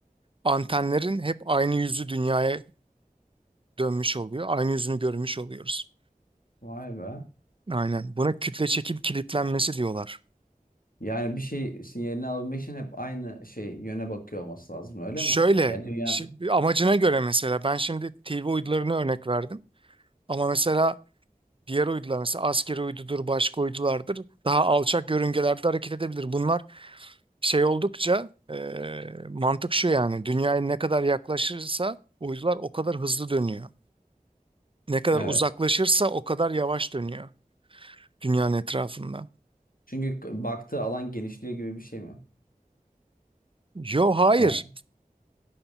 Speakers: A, on the right; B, on the left.
A: antenlerin hep aynı yüzü dünyaya dönmüş oluyor. Aynı yüzünü görmüş oluyoruz.
B: Vay be.
A: Aynen. Buna kütle çekim kilitlenmesi diyorlar.
B: Yani bir şey sinyalini alabilmek için hep aynı şey yöne bakıyor olması lazım öyle
A: Şöyle,
B: mi? Ya dünya
A: şi- amacına göre mesela ben şimdi TV uydularını örnek verdim. Ama mesela diğer uydular mesela askeri uydudur, başka uydulardır. Daha alçak yörüngelerde hareket edebilir. Bunlar şey oldukça e, mantık şu yani dünyaya ne kadar yaklaşırsa uydular o kadar hızlı dönüyor. Ne kadar
B: evet.
A: uzaklaşırsa o kadar yavaş dönüyor dünyanın etrafında.
B: Çünkü k- baktığı alan genişliyor gibi bir şey mi?
A: Yo hayır.
B: Yani